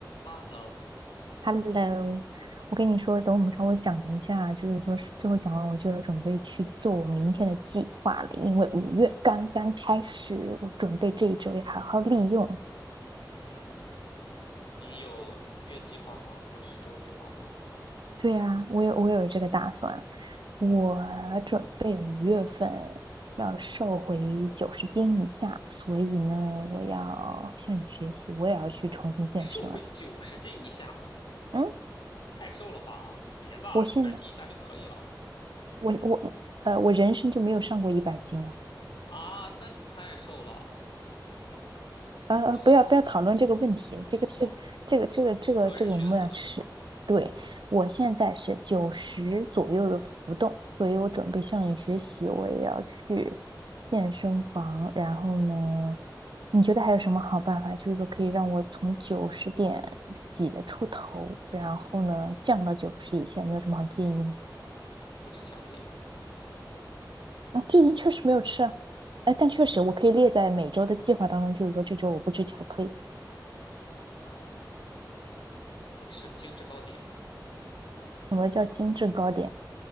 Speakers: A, on the left; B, on the right.
A: Hello，
B: Hello，我跟你说，等我们稍微讲一下，就是说是最后讲完，我就要准备去做我明天的计划了，因为五月刚刚开始，我准备这一周要好好利用。
A: 嗯，你有月计划吗？或者是周计划吗？
B: 对啊，我有我有这个打算，我准备五月份要瘦回九十斤以下，所以呢，我要向你学习，我也要去重新健身了。
A: 瘦回九十斤以下，
B: 嗯，
A: 太瘦了吧？别吧，
B: 我现在
A: 一百斤以下就可以了
B: 我我呃，我人生就没有上过一百斤啊。
A: 啊？那你太瘦了，
B: 呃，呃不要不要讨论这个问题，
A: 不好，不好。
B: 这个是这个这个这个这个我们要吃。
A: 个人选择是吗？
B: 对，我现在是九十左右的浮动，所以我准备向你学习，我也要去健身房。然后呢，你觉得还有什么好办法？就是说可以让我从九十点几的出头，然后呢降到九十以下，你有什么好建议吗？
A: 不吃巧克力，
B: 啊，最近确实没有吃啊，哎，但确实我可以列在每周的计划当中，就是说这周我不吃巧克力。
A: 嗯，不吃精致糕点，
B: 什么叫精致糕点？